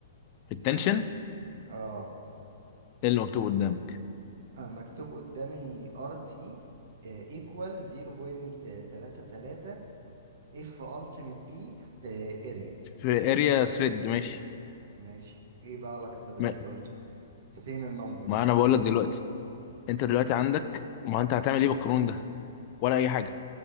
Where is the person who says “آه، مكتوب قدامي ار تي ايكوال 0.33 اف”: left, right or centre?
Right